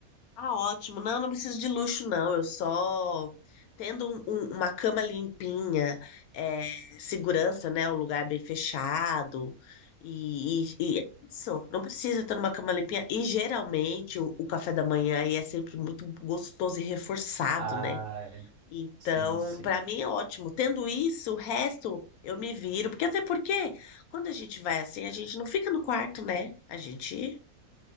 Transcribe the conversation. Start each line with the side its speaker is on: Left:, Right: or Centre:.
Left: Ah, ótimo. Não, não preciso de luxo, não. Eu só tendo um- um- uma cama limpinha, é, segurança, né? Um lugar bem fechado. E, e- e é isso. Não precisa ter uma cama limpinha. E geralmente o, o café da manhã aí é sempre muito gostoso e reforçado,
Right: Ah,
Left: né? Então,
Right: sim, sim.
Left: para mim é ótimo. Tendo isso, o resto eu me viro, porque até porque quando a gente vai assim, a gente não fica no quarto, né? A gente